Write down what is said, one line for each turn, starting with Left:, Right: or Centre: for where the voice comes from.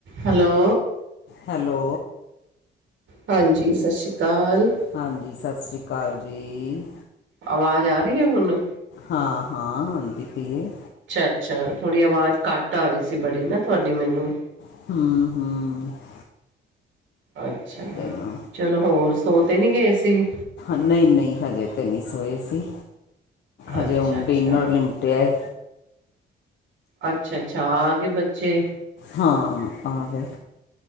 Right: Hello.
Left: Hello,
Right: ਹਾਂਜੀ, ਸਸ਼ ਰੀ ਕਾਲ।
Left: ਹਾਂਜੀ, ਸਸ ਰੀ ਕਾਲ ਜੀ।
Right: ਆਵਾਜ ਆ ਰਹੀ ਐ ਹੁਣ।
Left: ਹਾਂ-ਹਾਂ, ਆਂਦੀ ਪਈ ਏ।
Right: ਅੱਛਾ-ਅੱਛਾ, ਥੋੜੀ ਆਵਾਜ ਘੱਟ ਆ ਰਹੀ ਸੀ ਬੜੀ ਨਾ, ਤੁਹਾਡੀ ਮੈਨੂੰ।
Left: ਹੂੰ-ਹੂੰ।
Right: ਅੱਛਾ,
Left: ਚਲੋ
Right: ਚਲੋ ਹੋਰ, ਸੋ ਤੇ ਨੀ ਗਏ ਸੀ।
Left: ਨਹੀਂ-ਨਹੀਂ ਹਜੇ ਤੇ ਨਹੀਂ ਸੋਏ ਸੀ, ਹਜੇ
Right: ਅੱਛਾ
Left: ਹੁਣ
Right: ਅੱਛਾ
Left: ਡਿਨਰ ਲਿਮਟਿਆ।
Right: ਅੱਛਾ-ਅੱਛਾ, ਆ ਗਏ ਬੱਚੇ।
Left: ਹਾਂ, ਆ ਗਏ।